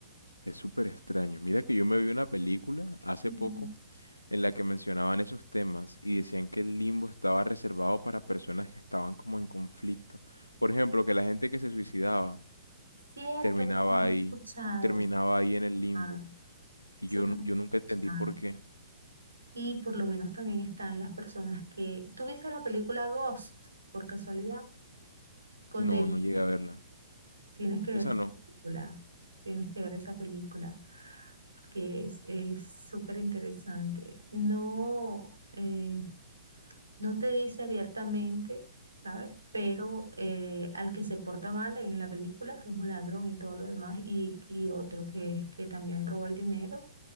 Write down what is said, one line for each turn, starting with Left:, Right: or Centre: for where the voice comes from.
Left: Es súper extraño. Mira que yo me vi una película hace
Right: Ujú.
Left: poco en la que mencionaban esos temas y decían que el limbo estaba reservado para personas que estaban como en conflicto. Por ejemplo, que la gente que se suicidaba
Right: Cierto,
Left: terminaba
Right: eso también
Left: ahí,
Right: he escuchado.
Left: terminaba
Right: Eso,
Left: ahí en el limbo.
Right: ah,
Left: Y
Right: eso
Left: yo,
Right: también
Left: nu- yo nunca entendí
Right: he escuchado.
Left: por qué.
Right: Y por lo menos también están las personas que... ¿Tú viste la película Ghost, por casualidad? Con
Left: No,
Right: David,
Left: no llegué a verla.
Right: Tienes que
Left: Esa
Right: ver esa
Left: no.
Right: película, tienes que ver esa película, porque es, es súper interesante. No, eh, no te dice abiertamente, ¿sabes? Pero eh, al que se porta mal en la película, que es un ladrón y todo lo demás, y, y otro que, que también roba el dinero,